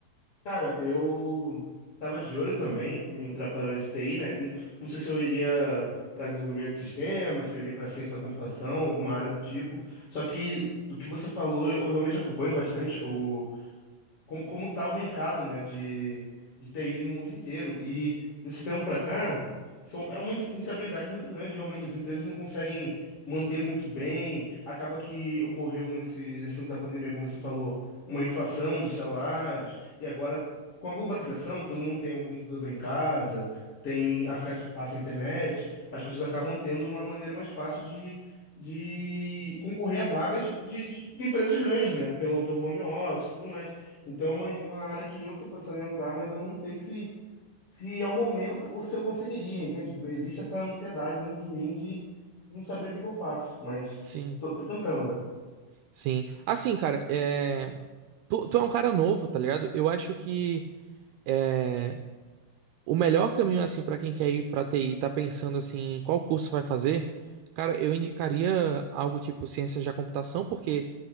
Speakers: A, on the left; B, on the right.
A: Cara, eu tava de olho também em entrar para a área de TI, né? Não, não sei se eu iria para desenvolvimento de sistema, se eu iria para ciência da computação, alguma área do tipo. Só que do que você falou, eu realmente acompanho bastante. o como, como tá o mercado, né, de, de TI no mundo inteiro. E desse tempo para cá, são, é uma in- instabilidade muito grande, realmente as empresas não conseguem manter muito bem. Acaba que ocorreu nesse, nesse lance da pandemia, como você falou, uma inflação dos salários. E agora, com a globalização, que todo mundo tem algum computador em casa, tem acesso fácil à internet, as pessoas acabam tendo uma maneira mais fácil de de concorrer a vagas de, de empresas grandes, né? Pelo, pelo home office e tudo mais. Então, é uma, uma área que eu tô pensando em entrar, mas eu não sei se, se é o momento ou se eu conseguiria, entende? Existe essa ansiedade dentro de mim de não saber o que que eu faço, mas
B: Sim.
A: tô, tô tentando, né?
B: Sim. Assim, cara, é... tu, tu é um cara novo, tá ligado? Eu acho que. é, O melhor caminho, assim, para quem quer ir pra TI, tá pensando, assim, qual curso vai fazer, cara, eu indicaria algo tipo ciências da computação, porque